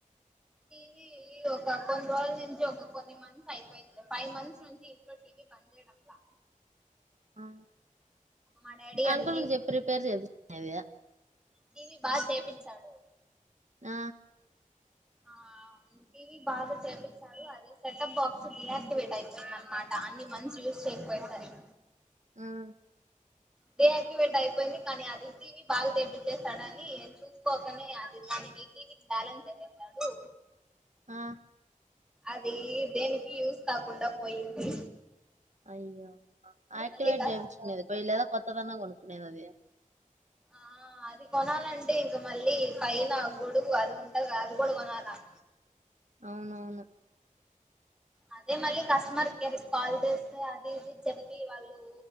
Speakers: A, in the centre; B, on the right.
A: టీవీ ఒక కొన్ని రోజుల నుంచి ఒక కొన్ని మంత్స్ అయిపోయింది ఫైవ్ మంత్స్ నుంచి ఇంట్లో టీవీ పని చేయడంలా
B: ఆ
A: మా డాడీ
B: అంకుల్
A: అది
B: కి చెప్పి రిపేర్ చేపించుకునేది
A: టీవి బాగా చేపించాడు
B: ఆ
A: ఆ టీవీ బాగా చేపించాడు అది సెటప్ బాక్స్ డియాక్టివేట్ అయిపోయింద అన్నామాట కొన్ని మంత్స్ రూల్స్ ఎక్కువ అయితాన్నాయి
B: ఉమ్
A: డి యాక్టివేట్ అయిపోయింది కానీ అది టీవీ బాగా తెప్పచ్చేసాడని చూసుకోకనే అది దానికి టీవీకి బ్యాలెన్స్ ఎసెసాడు
B: ఆ
A: అది దేనికి యూజ్ కాకుండా పోయింది
B: అయ్యో ఆక్టివేట్
A: మళ్ళీ కస్
B: చేపించుకో పోయేలేదా కొత్తది అన్న కొనుకునే అది
A: ఆ అది కొనాలంటే ఇగ మళ్ళీ పైన నా గోడుగు అది ఉంటాది గా అది కూడా కొనాల ఆ
B: అవునవును
A: అదే మళ్ళీ కస్టమర్ కేర్ కాల్ చేస్తే అది టీవీ చెప్పి వాళ్ళు